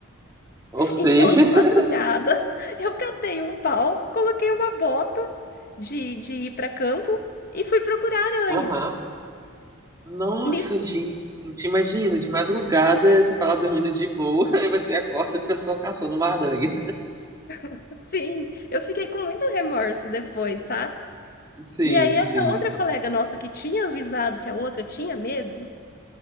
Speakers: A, on the right (about 15°); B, on the left (about 45°).
A: Ou seja.
B: Então, de
A: <laughs>
B: madrugada, <laughs> eu catei um pau, coloquei uma bota de, de ir para campo e fui procurar aranha.
A: Aham. Nossa,
B: Nisso,
A: gente. Imagina, de madrugada você tá lá dormindo de boa, <laughs> e você acorda a pessoa caçando uma aranha.
B: <laughs> sim, eu fiquei com muito remorso depois, sabe?
A: Sim,
B: E aí, essa
A: sim.
B: outra colega nossa que tinha avisado que a outra tinha medo,